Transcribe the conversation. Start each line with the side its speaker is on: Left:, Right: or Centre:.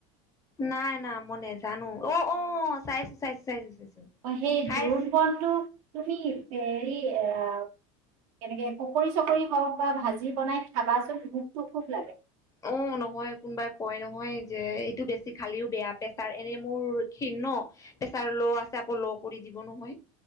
Left: নাই, না মই নেজানো। অ-অ চাইছো, চাইছো, চাইছো, চাইছো।
Right: অ, সেই
Left: খাইছ
Right: দোৰোণ বনটো তুমি হেৰি আ কেনেকে পকৰী চকৰি হওঁক বা ভাজি বনাই খাবাচোন। ভোকটো খুব লাগে।
Left: অ নহয় কোনোবাই কয় নহয় যে এইটো বেছি খালিও বেয়া। প্ৰেছাৰ এনে মোৰ ক্ষীণ ন, প্ৰেছাৰ ল' আছে আকৌ ল' কৰি দিব নহয়।